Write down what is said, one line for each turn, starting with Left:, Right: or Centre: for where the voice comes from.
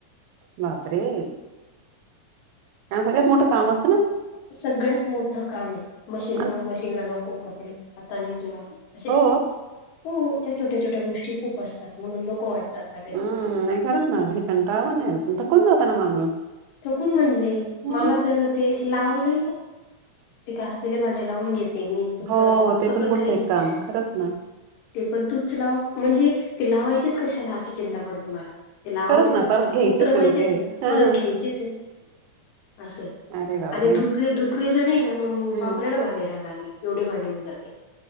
Right: बापरे, त्यां सगळ्यात मोठं काम असत,
Left: सगळ्यात मोठं काम आहे मशीन
Right: हं, आणि-
Left: मशीनला नको कपडे हाताने धुवा असे,
Right: हो
Left: हो त्या छोट्या छोट्या गोष्टी खूप असतात म्हणून नको वाटतं. आता काही
Right: हम् नाही खरंच ना हे कंटाळवं नाही थकून जाता ना माणूस,
Left: थकून म्हणजे
Right: मग
Left: मला तर ते लावायला. ते घासलेले भांडे लावून घेत ते मी तू
Right: हो
Left: करवो असं
Right: ते
Left: पण
Right: पुढचं
Left: काही नाही
Right: एक काम खरंच ना.
Left: ते पण तूच लाव म्हणजे ते लावायचेच कशाला अशी चिंता पडते मला ते लावायचेच
Right: खरंच ना
Left: कशाला
Right: परत घ्यायचीच
Left: उतरवायचेच
Right: आहे ते.
Left: ना
Right: हा
Left: परत घ्यायचे अस
Right: अरे बाबा
Left: आणि
Right: नाही
Left: धूतले जर नाही ना मग
Right: हम्म.
Left: वापरायला भांडे राहत भांडे होऊन जाते.